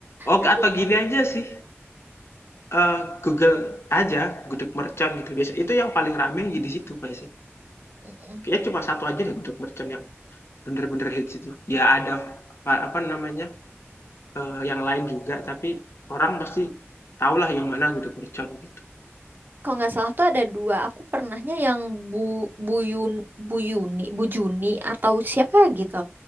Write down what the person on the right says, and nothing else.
Tapi
mm,
kalau nggak salah tuh ada dua. Aku pernahnya yang Bu Buyun Buyuni, Bu Yuni, Bu Juni atau siapa gitu.